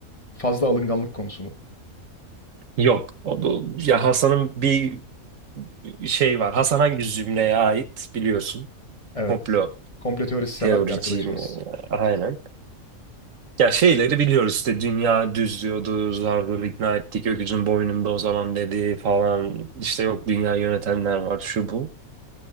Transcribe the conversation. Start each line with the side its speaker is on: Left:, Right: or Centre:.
Left: Fazla alınganlık konusu mu?
Right: Yok. O, bu- ya Hasan'ın bir şey var. Hasan hangi cümleye ait biliyorsun.
Left: Evet.
Right: Komplo
Left: Komplo teorisi sever
Right: Teoriciyim.
Left: bir arkadaşımız.
Right: e, Aynen. Ya şeyleri biliyoruz işte dünya düz diyordu, zarları ikna ettik, öküzün boynunda o zaman dedi falan. İşte yok dünya yönetenler var şu bu.